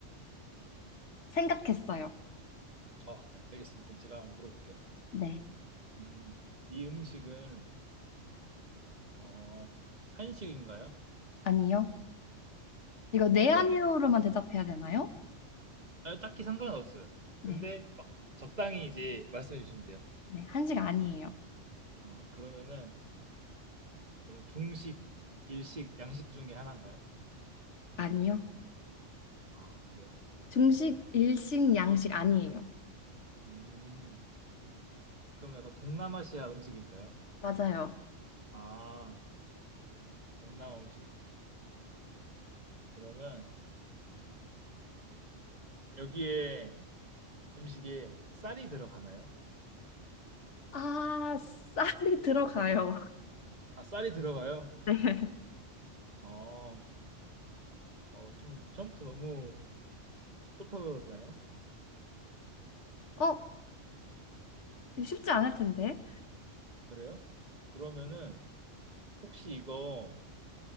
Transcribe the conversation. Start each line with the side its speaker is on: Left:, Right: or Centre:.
Left: 생각했어요.
Right: 어, 네, 알겠습니다. 그럼 제가 한번 물어볼게요.
Left: 네,
Right: 음, 이 음식은 어, 한식인가요?
Left: 아니요. 이거 네,
Right: 그러면
Left: 아니요로만 대답해야 되나요?
Right: 아, 딱히 상관없어요.
Left: 네,
Right: 근데 막 적당히 이제 말씀해 주시면 돼요.
Left: 네, 한식 아니에요.
Right: 아, 그러면은 그러면 중식, 일식, 양식 중에 하나인가요?
Left: 아니요.
Right: 아, 그래요?
Left: 중식, 일식, 양식 아니에요.
Right: 음, 그럼 약간 동남아시아 음식일까요?
Left: 맞아요.
Right: 아, 네. 동남아 음식. 그러면 여기에 음식에 쌀이 들어가나요?
Left: 아, 쌀이 들어가요.
Right: 아, 쌀이 들어가요?
Left: <laughs>
Right: 어, 어, 좀 처음부터 너무 섭섭해버렸나요?
Left: 네. 어, 쉽지 않을 텐데.
Right: 그래요? 그러면은 혹시 이거